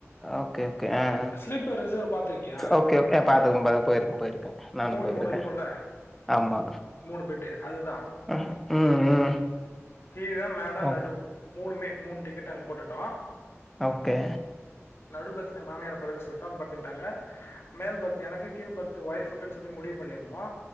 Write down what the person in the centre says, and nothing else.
ஓகே ஓகே அஅ
ஓகே ஓகே பாத்ததும் <unintelligible> போயிருக்க போயிருக்க நானும்
போயிருக்க
ஆமா
ம் ம் ம்.
ஓ
ஓகே